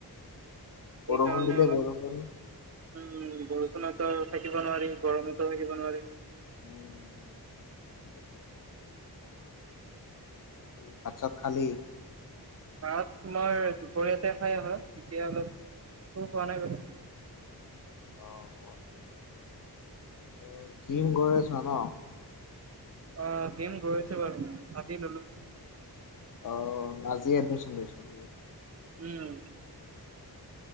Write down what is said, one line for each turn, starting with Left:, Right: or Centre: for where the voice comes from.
Right: সেইকাৰণে
Left: বৰষুণ দিলে
Right: অলপ
Left: বৰষুণ
Right: উম', বৰষুণতো থাকিব নোৱাৰি, গৰমতো থাকিব নোৱাৰি।
Left: উম, সেইটোয়ে। এই ভাত চাত খালি?
Right: ভাত তোমাৰ দুপৰীয়াতে খাই অহা। এতিয়া অলপ একো খোৱা নাই বাৰু।
Left: অঁ, আৰু জিম গৈ আছ ন?
Right: অ', জিম গৈ আচো বাৰু ময় আজি ললোঁ।
Left: অ', আজি এডমিশ্যন লৈছ নেকি?
Right: উম।